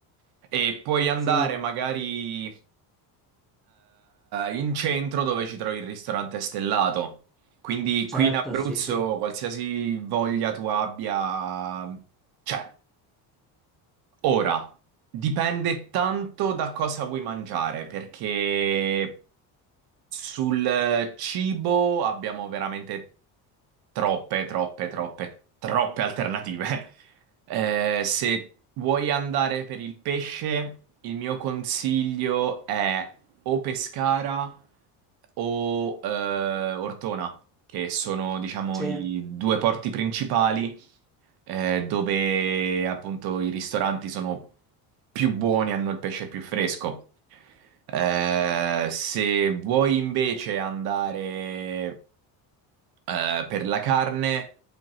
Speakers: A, on the right; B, in the centre.
A: e puoi andare
B: Sì,
A: magari eh, in centro dove ci trovi il ristorante stellato. Quindi
B: certo,
A: qui in Abruzzo,
B: sì, sì,
A: qualsiasi voglia tu abbia, c'è. Ora, dipende tanto da cosa vuoi mangiare, perché sul eh, cibo abbiamo veramente troppe, troppe, troppe, troppe alternative. <laughs> Eh, se vuoi andare per il pesce, il mio consiglio è o Pescara o eh, Ortona, che sono, diciamo,
B: sì,
A: i due porti principali eh, dove appunto i ristoranti sono più buoni, hanno il pesce più fresco. Eh, se vuoi invece andare eh, per la carne,